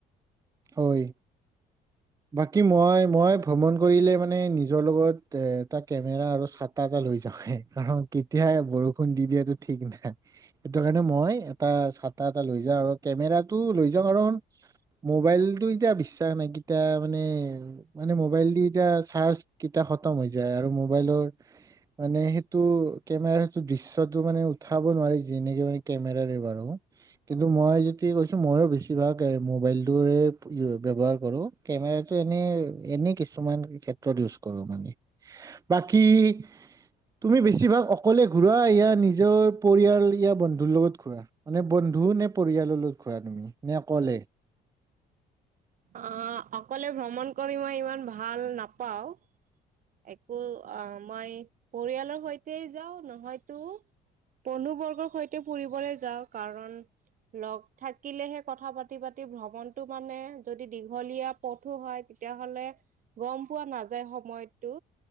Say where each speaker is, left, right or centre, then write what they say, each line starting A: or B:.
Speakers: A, on the right; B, on the right.
A: হয় বাকী কি মই মই ভ্ৰমণ কৰিলে মানে নিজৰ লগত এ এটা কেমেৰা আৰু ছাট- টা এটা লৈ যাওঁয়েই, কাৰণ কেতিয়া বৰষুণ দি দিয়েটো ঠিক নাই। সেইটো কাৰণে মই এটা ছাতা এটা লৈ যাওঁ আৰু কেমেৰাত- টো লৈ যাওঁ কাৰণ আৰু মোবাইলটো এতিয়া বিশ্বাস নাই কেতিয়া মানে- মানে মোবাইল দি এতিয়া চাৰ্জ কেইটা খতম হৈ যায়, আৰু মোবাইলৰ- মানে সেইটো কেমেৰাটো সেইটো দৃশ্যটো মানে উঠাব নোৱাৰি যেনেকে মানে কেমেৰাৰে মাৰো। কিন্তু মই য'তে গৈছোঁ, মইও বেছিভাগ এ মোবাইল- টোৱে ব্যৱহাৰ কৰোঁ, কেমেৰাটো এনেই এনেই কিছুমান ক্ষেত্ৰত ইউজ কৰোঁ মানে। বাকী- তুমি বেছিভাগ অকলে ঘূৰা ইয়া নিজৰ পৰিয়াল ইয়া বন্ধুৰ লগত ঘূৰা? মানে বন্ধু নে পৰিয়ালৰ লগত ঘূৰা তুমি নে অকলে?
B: অঁ' অকলে ভ্ৰমন কৰি মই ইমান ভাল নাপাওঁ। একো অঁ মই পৰিয়ালৰ সৈতেই যাওঁ, নহয়তো- বন্ধু বৰ্গৰ সৈতে ফুৰিবলৈ যাওঁ, কাৰণ- লগ থাকিলেহে কথা পাতি পাতি ভ্ৰমণটো মানে যদি দীঘলীয়া- পথো হয় তেতিয়া হ'লে গম পোৱা নাযায় সময়ত- টো